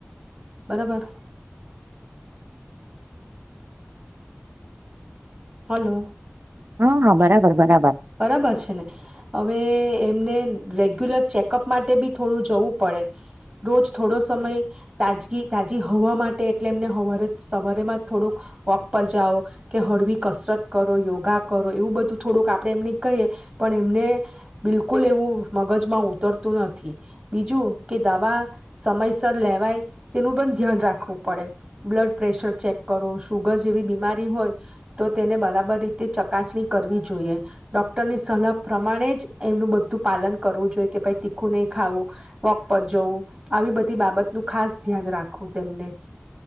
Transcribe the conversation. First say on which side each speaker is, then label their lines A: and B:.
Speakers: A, on the right; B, on the right.
A: બરાબર. હાલો.
B: હા હા બરાબર બરાબર.
A: બરાબર છે ને. હવે એમને રેગ્યુલર ચેકઅપ માટે બી થોડું જવું પડે. રોજ થોડો સમય તાજગી તાજી હવા માટે એટલે એમને હવારે સવારેમાં થોડુંક વોક પર જાઓ કે હળવી કસરત કરો, યોગા કરો એવું બધું થોડુંક આપ એમને કહીએ પણ એમને બિલકુલ એવું મગજમાં ઉતરતું નથી. બીજું કે દવા સમયસર લેવાય તેનું પણ ધ્યાન રાખવું પડે બ્લડ પ્રેશર ચેક કરો, સુુગર જેવી બીમારી હોય તો તેને બરાબર રીતે ચકાસણી કરવી જોઈએ. ડોક્ટરની સલાહ પ્રમાણે જ એમનું બધું પાલન કરવું જોઈએ કે ભાઈ તીખું નહી ખાવું, વોક પર જવું, આવી બધી બાબતનુ ખાસ ધ્યાન રાખવું તેમને.